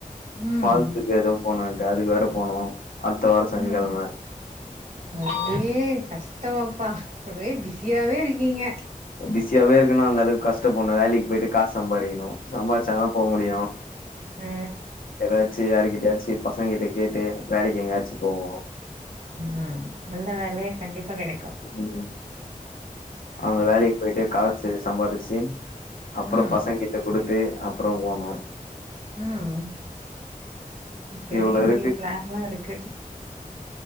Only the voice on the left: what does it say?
ஃபால்ஸுக்கு ஏதோ போனுன்ட்டு அதுக்கு வேற போனு அடுத்த வாரோ சனிக்கெழம
பிசியாவே இருக்கனுன்னா அந்தளவுக்கு கஷ்டப்பட்ணு வேலைக்கு பொய்ட்டு காசு சம்பாரிக்ணு சம்பாரிச்சா தா போ முடியு
ஏதாச்சு யாருக்கிட்டயாச்சு பசங்க கிட்ட கேட்டு வேலைக்கு எங்கயாச்சு போவோ
ம் அந்த வேலைக்கு பொயிட்டு கால் ச்சு சம்பாரிச்சு அப்புறோ
பசங்க கிட்ட குடுத்து அப்புறோ போனு
இவ்ளோ இருக்கு